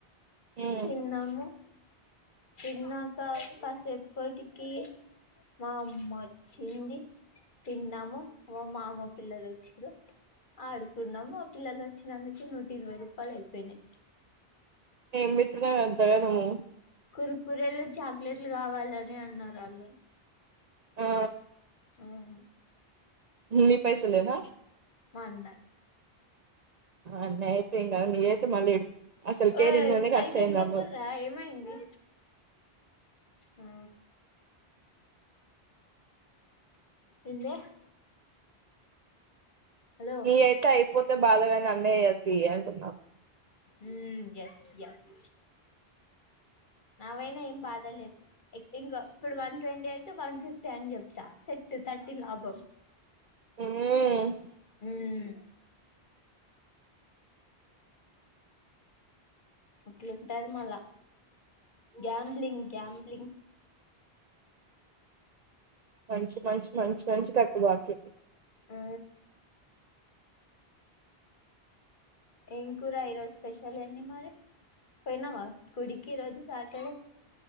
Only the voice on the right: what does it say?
ఉమ్
ఏం పెట్టినవు అంతగదము
ఆ
నీ పైసలేనా
అన్నీ అయితే ఏంకాదు నిఅయితే మళ్ళీ అసలుకే
నిన్ననే ఖర్చు
అయింది అన్నావ్
నీ అయితే ఐపోతే బాధగాని అన్నయ్య తీ అంటున్నా
ఉమ్
మంచి మంచి మంచి మంచి కట్టుబాట్లు